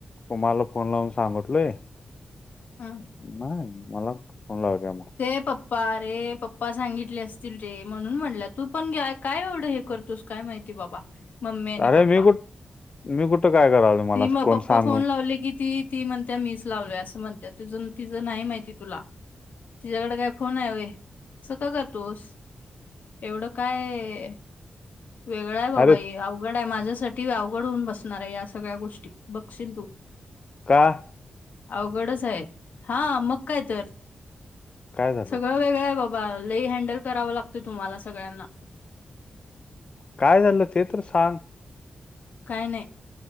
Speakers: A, on the left; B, on the left.
A: कुमारला फोन लावून सांगटलोय. <unintelligible>
B: ह्म <unintelligible>
A: नाही मला ख फोन लावलीया मग <unintelligible>
B: ते पप्पा रे पप्पा सांगितले असतील रे म्हणून म्हटलं तू पण काय एवढं हे करतोस काय माहिती बाबा <unintelligible>
A: अरे
B: पप्पा
A: मी कुठ मी कुठं काय कराल <unintelligible>
B: ती म पप्पा
A: सांगू
B: फोन लावली की <unintelligible> ती ती म्हणते मीच लावलोय असं म्हणत तुझ तिझं नाही माहिती तुला <unintelligible> तिच्या्याकडे काय फोन आहे व अस का करतोस <unintelligible> एवढं काय <unintelligible> वेगळं आहे बाबा
A: अरे
B: हे अवघड आहे माझ्यासाठी अवघड होऊन बसणार आहे हे असं <unintelligible> सगळ्या गोष्टी बघशिल तू <unintelligible>
A: का. <unintelligible>
B: अवघडच आहे हा मग काय तर <unintelligible>
A: काय झालं
B: सगळं वेगळं आहे बाबा लई हँडल करावं लागतंय तुम्हाला सगळ्यांना <unintelligible>
A: काय झालं ते तर सांग. <unintelligible>
B: काय नाही